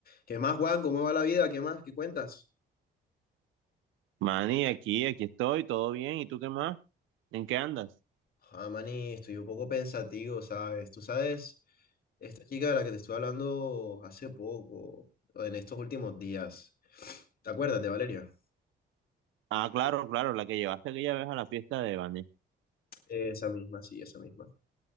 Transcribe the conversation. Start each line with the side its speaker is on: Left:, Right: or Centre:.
Left: ¿Qué más, Juan? ¿Cómo va la vida? ¿Qué más? ¿Qué cuentas?
Right: Manny, aquí, aquí estoy, todo bien. ¿Y tú qué más? ¿En qué andas?
Left: Ah, maní, estoy un poco pensativo, ¿sabes? Tú sabes, esta chica de la que te estoy hablando hace poco, o en estos últimos días, ¿te acuerdas de Valeria?
Right: Ah, claro, claro, la que llevaste aquella vez a la fiesta de Vanessa.
Left: Esa misma, sí, esa misma.